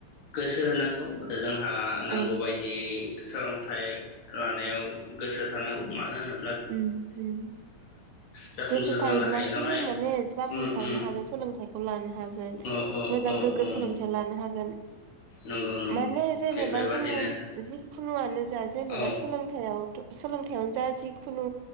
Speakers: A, on the left; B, on the right.
A: गोसो होनांगौ आरो जों आ नांगौ
B: औ
A: बायदियै सों लोंथाय लानायाव गोसो होथारनांगौ मा <unintelligible>
B: उम उम
A: जाफुंसार
B: गोसो थायोब्लासो
A: जानो हायो नालाय
B: जों माने जाफुंसारनो
A: उम उम
B: हागोन सोलोंथाइखौ लानो हाग गोन
A: औ
B: मोजां
A: औ
B: गोग्गो
A: औ
B: सोलोंथाइ लानो हागोन
A: नंगौ नंगौ
B: माने जेनेबा
A: थिग बेबादिनो
B: जोङो जिखुनुआनो जा जेनेबा
A: औ
B: सोलोंथायाव सोलोंथायावनो जा जि। खुनु